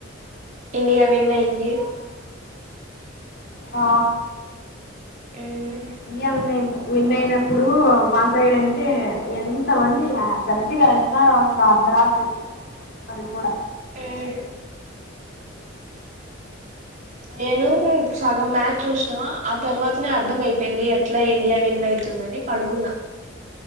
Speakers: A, on the right; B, on the left.
A: ఇండియా విన్ అయింది
B: ఆ
A: ఆమ్
B: ఇండియా విన్ ఐనా ఇప్పుడు మా సైడ్ అంటే ఎంత మంది గట్టిగా వెలిసినారో అసలు అర్ధరాత్రి అది కూడా
A: ఆమ్ నేను సగం మ్యాచ్ చూసినా ఆ తర్వాతనే అర్థం అయిపోయింది ఎట్లా ఇండియా విన్ అయి తుందని పడుకున్నా